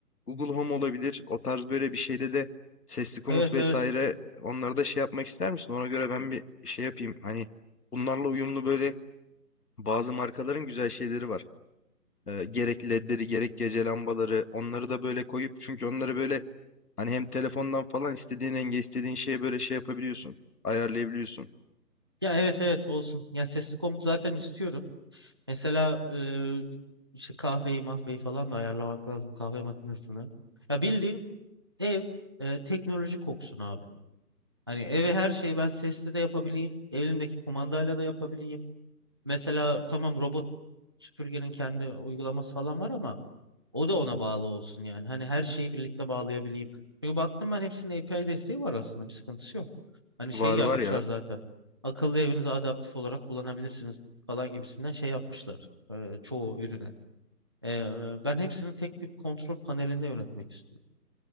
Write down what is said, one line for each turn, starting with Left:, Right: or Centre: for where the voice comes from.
Left: Google Home olabilir. O tarz böyle bir şeyde de sesli komut
Right: Evet
Left: vesaire
Right: evet.
Left: onları da şey yapmak ister misin? Ona göre ben bir şey yapayım. Hani bunlarla uyumlu böyle bazı markaların güzel şeyleri var. Ee, gerek ledleri gerek gece lambaları onları da böyle koyup çünkü onları böyle hani hem telefondan falan istediğin renge istediğin şeye böyle şey yapabiliyorsun. Ayarlayabiliyorsun.
Right: Ya evet evet olsun. Ya sesli komut zaten istiyorum. Mesela e, işte kahveyi mahveyi falan da ayarlamak lazım kahve makinesini. Ya bildiğin ev e, teknoloji koksun abi. Hani eve her şeyi ben sesli de yapabileyim. Elimdeki kumandayla da yapabileyim. Mesela tamam robot süpürgenin kendi uygulaması falan var ama O da ona bağlı olsun yani. Hani her şeyi birlikte bağlayabileyim. Çünkü baktım ben hepsinin API desteği var aslında. Bir sıkıntısı yok. Hani şey
Left: Var
Right: yazmışlar
Left: var ya.
Right: zaten. Akıllı evinizi adaptif olarak kullanabilirsiniz falan gibisinden şey yapmışlar. e, çoğu ürüne. E, ben hepsini tek bir kontrol panelinde yönetmek istiyorum.